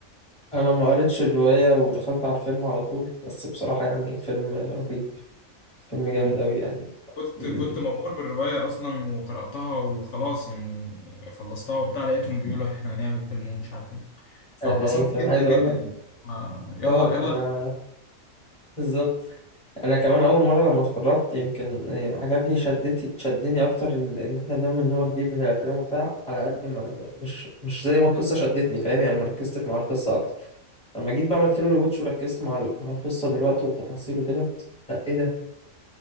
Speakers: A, in the centre; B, on the left.
A: انا ما قريتش الرواية ودخلت على الفيلم على طول بس بصراحة يعني الفيلم رهيب فيلم جامد
B: انا
A: قوي يعني
B: كنت
A: ال-
B: كنت
A: ال-
B: مبهور بالرواية اصلا وقرأتها وخلاص يعني خلصتها وبتاع لقيتهم بيقولوا احنا هنعمل فيلم ومش عارف ايه فاتبسطت
A: انا يمكن
B: جدا
A: عايز اقول
B: جدا
A: لك
B: يعني. آه يلا
A: اه
B: يلا
A: انا
B: بينا.
A: بالظبط انا كمان اول مرة لما اتفرجت يمكن آه، عجبني شدتي شدني اكتر ال- ان احنا بنعمل نوع جديد من الافلام وبتاع على قد ما ما- مش مش زي ما القصة شدتني فاهم يعني ما ركزتش مع القصة اكتر لما جيت بعملت له ريواتش وركزت مع ال- مع القصة دلوقتي والتفاصيل وكده لا ايه ده